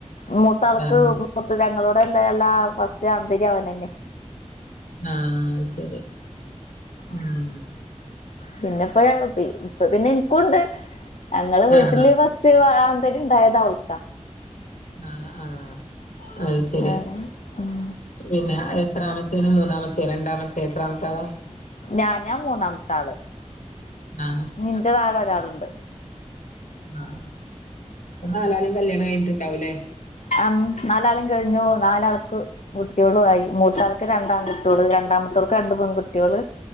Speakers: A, on the left; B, on the left.
A: മൂത്താൾക്ക്
B: ആഹ്
A: മുത്ത് തങ്ങളോടെനെ എല്ലാ ഫസ്റ്റ് ആൺ തെര്യാണെന്നെ
B: ആഹ് ശെരി. ഉം
A: പിന്നെപ്പൊ ഞങ്ങക്കൊക്കി ഇപ്പ പിന്നെ ഇൻക്കുണ്ട് അങ്ങളെ വീട്ടില്
B: ആഹ്
A: ഫസ് റ്റ് ആൺ തരിണ്ടായത് അവൾക്ക.
B: ആഹ് ആഹ് അത് ശെരി.
A: ആഹ് ഉം
B: പിന്നെ എത്രാമത്തെയ്ന് മൂന്നാമ ത്തെ രണ്ടാമത്തെ എത്രാമത്താളാ?
A: ഞാ ഞാ മൂന്നാമത്താള്.
B: ആഹ്
A: ഞ്ൻ്റെ താഴെ ഒരാള്ണ്ട്.
B: ആഹ് പ്പ നാലാളിം കല്യാണം കഴിഞ്ഞ്ട്ട്ണ്ടാവൂല്ലേ.
A: ആം നാലാളിം കഴിഞ്ഞു നാലാൾക്ക് കുട്ട്യേളു ആയി. മൂത്താൾക്ക് രണ്ടാംകുട്ട്യേള് രണ്ടാം മത്തോൾക്ക് രണ്ട് പെൺകുട്ട്യേള്.